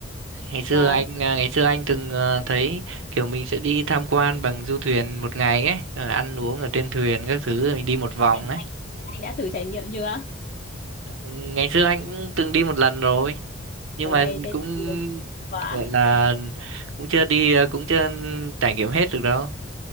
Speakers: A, on the right; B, on the left.
A: Ngày xưa
B: và
A: anh à, ngày xưa anh từng à, thấy kiểu mình sẽ đi tham quan bằng du thuyền một ngày ấy, rồi ăn uống ở trên thuyền các thứ rồi mình đi một vòng
B: anh
A: ấy.
B: anh anh đã thử trải nghiệm chưa
A: Ừ, Ngày xưa anh cũng từng đi một lần rồi, nhưng
B: ôi
A: mà
B: thế
A: cũng
B: thì quá
A: gọi là cũng chưa đi à, cũng chưa trải nghiệm hết được đâu.